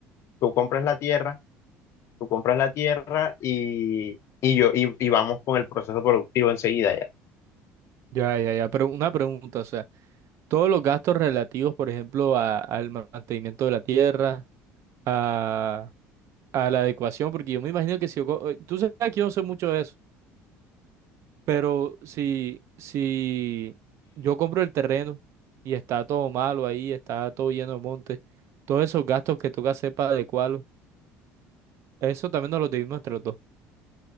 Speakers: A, on the left (about 55°); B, on the right (about 55°).
A: Tú compras la tierra, tú compras la tierra y, y yo, y, y vamos con el proceso productivo enseguida ya.
B: Ya, ya, ya, pero una pregunta, o sea, todos los gastos relativos, por ejemplo, a- al mantenimiento de la tierra, a, a la adecuación, porque yo me imagino que si yo, co- eh, tú sabes que yo no sé mucho de eso, pero si, si yo compro el terreno y está todo malo ahí, está todo lleno de monte, todos esos gastos que toca hacer para adecuarlo, eso también nos los dividimos entre los dos.